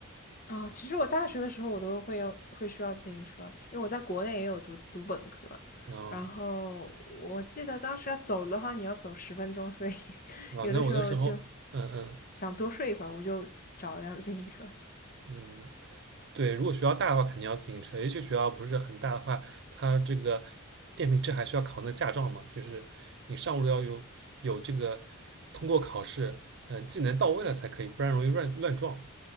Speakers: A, on the left; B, on the right.
A: 啊、哦其实我大学的时候我都会要会需要自行车，因为我在国内也有读读本科，
B: 啊、
A: 然后我记得当时要走的话，你要走十分钟，所以 <laughs>
B: 啊，
A: 有的时候就
B: 那我那时候，嗯嗯。
A: 想多睡一会儿，我就找一辆自行车。
B: 嗯，对，如果学校大的话，肯定要自行车。也许学校不是很大的话，它这个电瓶车还需要考那驾照嘛，就是你上路要有有这个通过考试，嗯呃，技能到位了才可以，不然容易乱乱撞。